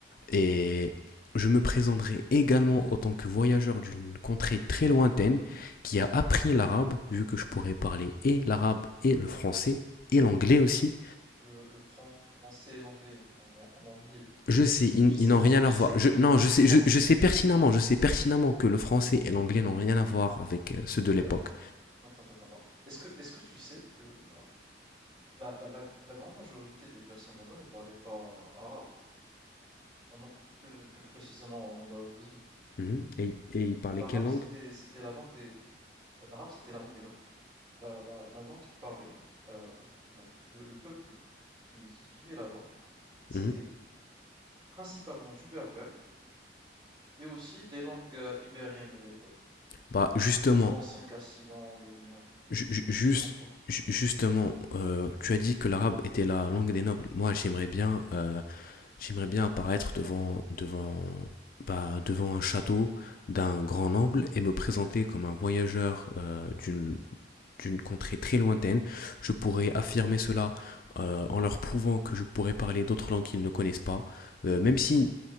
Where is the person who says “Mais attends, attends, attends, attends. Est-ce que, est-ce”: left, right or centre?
Right